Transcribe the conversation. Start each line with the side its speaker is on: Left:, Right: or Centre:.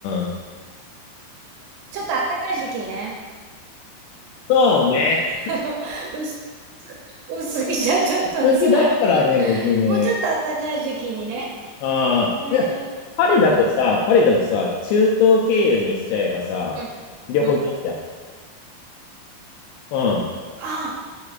Left: ん。
Right: ちょっとあったかい時期にね。
Left: そうね。
Right: あの、薄、薄着じゃちょっと辛いから。
Left: 好きだからね、僕ね。
Right: もうちょっとあったかい時期にね。
Left: ああ。
Right: うんうん
Left: パリだとさ、
Right: うん。
Left: パリだとさ、中東経由にしちゃえばさ、
Right: うん。
Left: 両方行けんじゃん。
Right: うん。
Left: うん。
Right: あ、